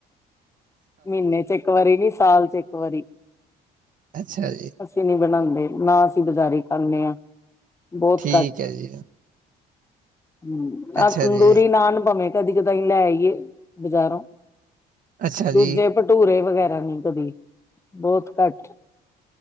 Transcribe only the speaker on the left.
ਮਹੀਨੇ ਚ ਇੱਕ ਵਾਰੀ ਨੀ ਸਾਲ ਚ ਇਕ ਵਾਰੀ
ਅਸੀਂ ਨੀ ਬਣਾਉਂਦੇ ਨਾ ਅਸੀਂ ਬਜ਼ਾਰੀ ਖਾਂਦੇ ਹਾਂ। ਬਹੁਤ
ਹ
ਆਹ ਤੰਦੂਰੀ
ਨਾਨ ਭਾਵੇਂ ਕਦੀ ਕਦੇ ਕਦੀ ਲੈ ਆਈ ਏ ਬਜ਼ਾਰੋਂ
ਦੂਜੇ
ਭਟੂਰੇ ਵਗੈਰਾ ਨੀ ਕਦੀ ਬਹੁਤ ਘੱਟ